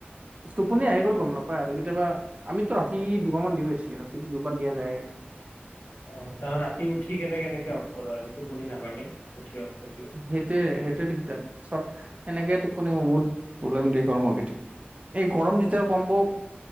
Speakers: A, on the right (about 35°); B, on the left (about 65°).
A: টোপনি আহি গ'ল গম নাপায় আৰু কেতিয়াবা আমিতো ৰাতি দুবাৰ মান দিওঁ এচি, ৰাতিটো দু দিয়া যায়ে।
B: অ', তাৰত ৰাতি উঠি কেনে কেনেকে অফ কৰ আৰু টোপনি নাভাঙে? উঠি অফ কৰিলে
A: সেইটোৱে, সেইটোৱে দিগদাৰ, চব এনেকে টোপনি মই বহুত প্ৰব্লেম দি পাওঁ আৰু কেতিয়া এই গৰম
B: অ
A: যেতিয়া কম্ব